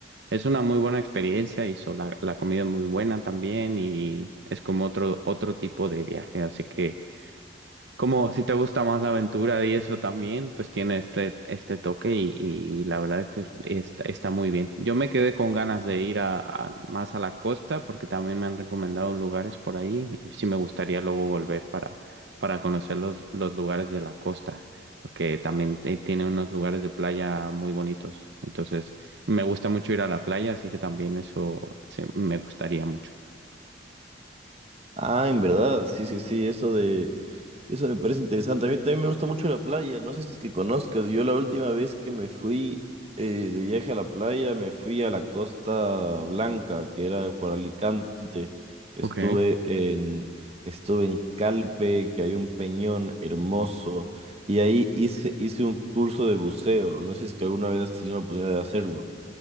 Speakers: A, on the right; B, on the right.
A: es una muy buena experiencia y so- la, la comida es muy buena también y es como otro, otro tipo de viaje. Así que... Como si te gusta más la aventura y eso también, pues tiene este, este toque y, y la verdad es que es- está, está muy bien. Yo me quedé con ganas de ir a, a- más a la costa porque también me han recomendado lugares por ahí y sí me gustaría luego volver para, para conocer los, los lugares de la costa porque también te- tiene unos lugares de playa muy bonitos. Entonces, me gusta mucho ir a la playa, así que también eso se- me gustaría mucho.
B: Ah, en verdad, sí, sí, sí, eso de, eso me parece interesante. A mí también me gusta mucho la playa, no sé si es que conozcas, yo la última vez que me fui eh, de viaje a la playa, me fui a la Costa Blanca, que era por Alicante. Estuve
A: Ok.
B: en, estuve en Calpe, que hay un peñón hermoso, y ahí hice, hice un curso de buceo, no sé si es que alguna vez has tenido la oportunidad de hacerlo.